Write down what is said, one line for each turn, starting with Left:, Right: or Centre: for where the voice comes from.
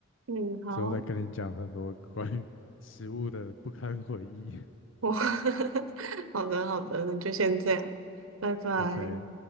Right: 嗯，好，
Left: 之后再跟你讲很多关于食物的不堪回忆。
Right: 我 <laughs> 好的好的，那就先这样，拜拜。
Left: <laughs> OK。